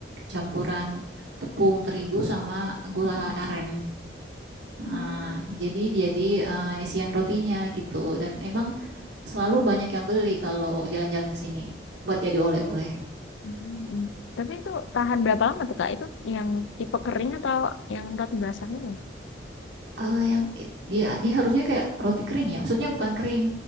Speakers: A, on the right; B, on the left.
A: campuran tepung terigu sama gula
B: Hmm, hmm,
A: aren.
B: hmm.
A: Nah,
B: Oh,
A: jadi dia di eh, isian rotinya gitu. Dan emang selalu banyak yang beli kalau jalan-jalan ke sini buat jadi oleh-oleh.
B: hmm, hmm. Tapi itu tahan berapa lama tuh Kak? Itu yang tipe kering atau yang roti basahnya?
A: Eh, yang i- dia dia harusnya kayak roti kering ya. Maksudnya bukan kering